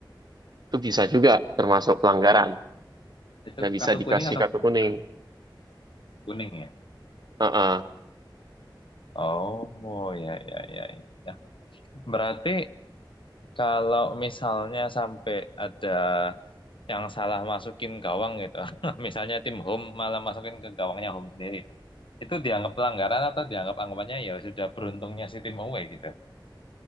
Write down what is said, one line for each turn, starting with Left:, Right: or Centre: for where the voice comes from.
Right: Itu bisa juga termasuk pelanggaran
Left: Itu
Right: dan bisa
Left: kartu
Right: dikasih
Left: kuning atau
Right: kartu
Left: kartu
Right: kuning.
Left: merah? Kuning ya.
Right: Heeh.
Left: Oh, ya, ya, ya, ya. ya. Berarti kalau misalnya sampai ada yang salah masukin gawang gitu, <laughs> misalnya tim home malah masukin ke gawangnya home sendiri, itu dianggap pelanggaran atau dianggap anggapannya ya sudah beruntungnya si tim away gitu?